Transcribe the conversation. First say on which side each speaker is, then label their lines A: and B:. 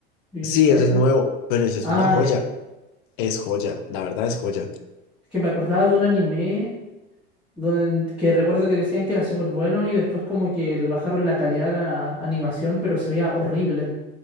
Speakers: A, in the centre; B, on the left (about 55°).
A: Jujutsu
B: Sí,
A: Kaisen.
B: eso es nuevo, pero eso es
A: Ah,
B: una joya.
A: ya.
B: Es joya, la verdad es joya.
A: Es que me acordaba de un anime don- que recuerdo que decían que era súper bueno y después como que le bajaron la calidad a la animación, pero se veía horrible.